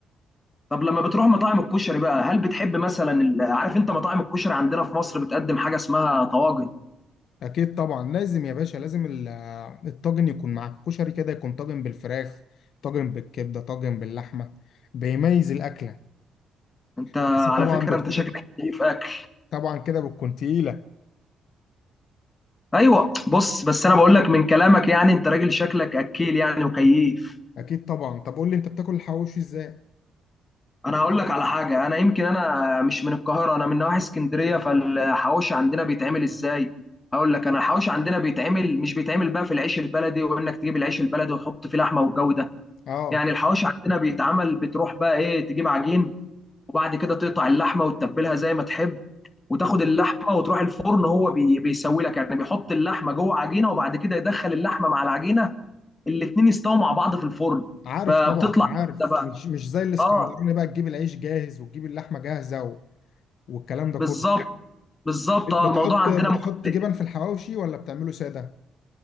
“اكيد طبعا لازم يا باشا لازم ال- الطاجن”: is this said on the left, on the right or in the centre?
Left